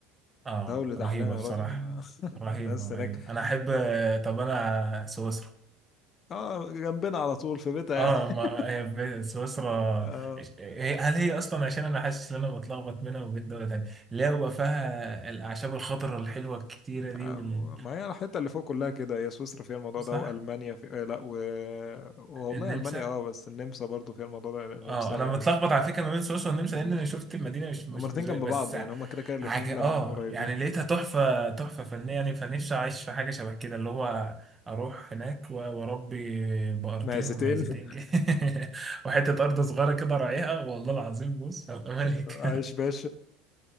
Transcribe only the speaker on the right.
اه
رهيبة
بصراحة
رهيبة
رهيبة
انا احب طب انا سويسرا
اه
ما هي ب- سويسرا
هي- هل هي اصلا عشان انا حاسس ان انا بتلخبط بينها وبين دولة تانية اللي هو بقى فيها الاعشاب الخضراء الحلوة الكتيرة دي
وال...
صح
النمسا
اه انا متلخبط على فكرة ما بين سويسرا والنمسا لان انا شفت المدينة مش مش
مش زي-
بس
عج... اه
يعني لقيتها تحفة تحفة فنية يعني فنفسي اعيش في حاجة شبه كده اللي هو اروح هناك و- واربي بقرتين
ومعزتين
<laughs> كده وحتة ارض صغيرة كده راعيها والله العظيم بص هبقى ملك